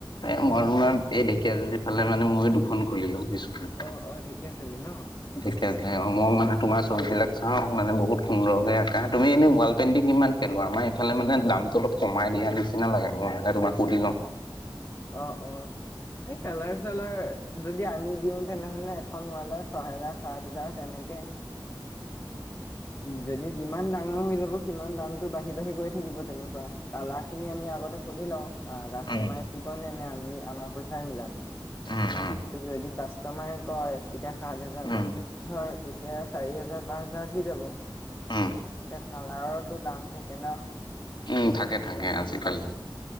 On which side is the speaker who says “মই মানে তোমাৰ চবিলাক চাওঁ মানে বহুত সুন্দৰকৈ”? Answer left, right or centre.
Left